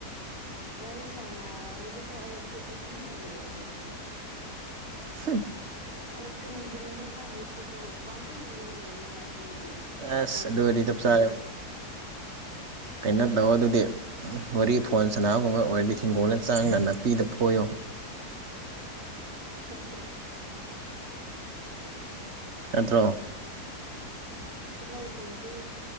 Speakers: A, on the left (about 25°); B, on the right (about 45°).
A: ꯋꯥꯔꯤꯁꯥꯅ ꯅꯥꯔꯗꯤꯀꯣ ꯑꯩ ꯈꯨꯠꯇꯨ ꯇꯨꯃꯤꯟꯅꯥ ꯂꯩꯕ ꯍꯩꯇꯕ
B: ꯍꯨꯝ
A: ꯑꯗꯨ ꯀꯔꯤ ꯀꯔꯤꯅꯣ ꯈꯪꯗꯦ ꯈꯨꯠꯇꯣ ꯄꯥꯡꯂꯦꯡ ꯂꯦꯡꯒꯅꯦꯕ ꯑꯗꯨꯒꯤ
B: ꯑꯁ
A: ꯀꯩꯅꯣꯝꯃ
B: ꯑꯗꯨ ꯑꯣꯏꯔꯗꯤ ꯆꯞ
A: ꯊꯦꯡꯕ
B: ꯆꯥꯔꯦ ꯀꯩꯅꯣ ꯇꯧ ꯑꯗꯨꯗꯤ ꯋꯥꯔꯤ ꯐꯣꯟ ꯁꯅꯥꯕꯒꯨꯝꯕ ꯑꯣꯏꯔꯗꯤ ꯍꯤꯡꯒꯣꯜꯗꯥ ꯆꯪꯉꯥꯒ ꯅꯥꯄꯤꯗꯨ ꯐꯣꯏꯌꯣ
A: ꯎꯝꯝ <unintelligible>
B: ꯅꯠꯇ꯭ꯔꯣ
A: ꯑꯁ ꯇꯤꯂꯥꯏ ꯈꯨꯝꯕꯤ